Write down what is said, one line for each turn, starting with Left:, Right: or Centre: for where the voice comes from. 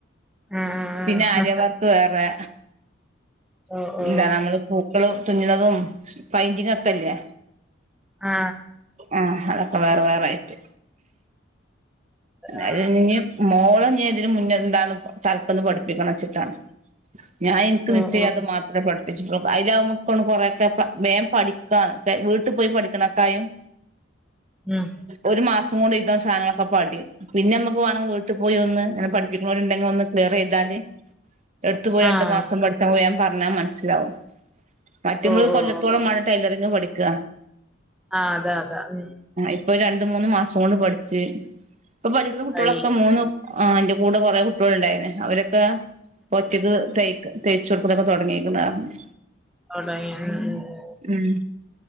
Centre: ഉം ഉം
Right: പിന്നെ ആര്യവർക്ക്
Centre: ഉം
Right: വേറെ,
Centre: ഓ ഓ
Right: എന്താണ് നമ്മള് പൂക്കളും തുന്നുന്നതും പയൻ്റിങ്ങൊക്കെ, ക്കല്ലേ
Centre: ആ
Right: ആഹ് അതൊക്കെ വേറെ വേറായിട്ട്,
Centre: ആ
Right: അഹ ഇഞ് മോളെ ഞൻ ഇതിന് മുന്നെ എന്താണ് തല്ക്കന്ന് പഠിപ്പിക്കണച്ചിട്ടാണ് ഞാൻ എനിക്ക്
Centre: ഓ
Right: നിച്ചല്ലാത്തത്
Centre: ഓ
Right: മാത്രേ പഠ വ അതിലമുക്ക കൊറെക്കെ വേം പഠിക്കാ വീട്ടിൽ പോയി പഠിക്കണക്കായും,
Centre: ഉം
Right: ഒരു മാസം കൂടി ഇത സാധനങ്ങളൊക്കെ പടിയും, പിന്നെ നമുക്ക് വേണേവീട്ടിൽ പോയി ഒന്ന് അങ്ങനെ പഠപ്പിക്കുന്നവരുണ്ടെങ്കിൽ ഒന്ന് ക്ലിയറ യ്താല്, എടുത്തുപോയി രണ്ടു
Centre: ആഹ്
Right: മാസം പഠിച്ചൻ പോയാ പറഞ്ഞാല് മനസ്സിലാവും, മറ്റുമത്
Centre: ഓ ഓ
Right: കൊല്ലത്തോളമാണ്
Centre: ഓ ഓ
Right: ടൈലറിങ് പഠിക്ക,
Centre: ആ അതാ അതാ ഉം
Right: പ്പോ ഒരു രണ്ട് മൂന്ന് മാസം കൊണ്ട് പഠിച്ച്, ഇപ്പൊ പഠിക്കുന്ന കുട്ടികളൊക്കെ
Centre: കഴിയ
Right: മൂന്ന് അന്റെ കൂടെ കുറെ കുട്ടികൾ ഉണ്ടായിരുന്നു അവരൊക്ക, ഒറ്റക്ക് ത തേച്ചൊടുക്കുന്നൊക്കെ തുടങ്ങിക്കണ പറഞ്ഞ്,
Centre: അവിട,
Right: ഉം